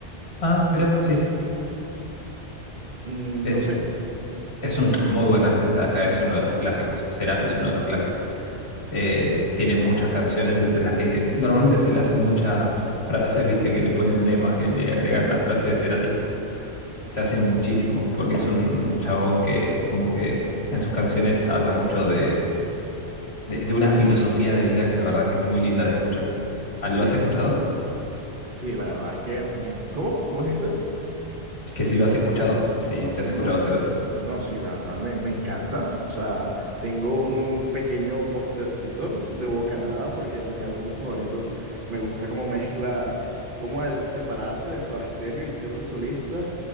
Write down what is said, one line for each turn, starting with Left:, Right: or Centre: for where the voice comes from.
Left: Ah, mira, sí.
Right: Mm,
Left: Es,
Right: no sé,
Left: es un muy buen artista de acá, es uno de los clásicos. Cerati es uno de los clásicos. Eh, tiene muchas canciones de las que normalmente se le hacen muchas frases, viste, que le ponen una imagen y le agregan la frase de Cerati. Se hace muchísimo, porque es un, un chabón que como que en sus canciones habla mucho de de, de una filosofía de vida que la verdad que es muy linda de escuchar. Ah,
Right: sí,
Left: ¿Lo has escuchado?
Right: sí, la verdad es que... me- ¿Cómo? ¿Cómo dijiste?
Left: Que si lo has escuchado, si,
Right: No,
Left: si has
Right: no,
Left: escuchado Cerati.
Right: no, sí, la verdad, me, me encanta. O sea, tengo un pequeño postercito de Bocanada porque es mi álbum favorito. Me gusta cómo mezcla, cómo al separarse de Soda Stereo y ser un solista,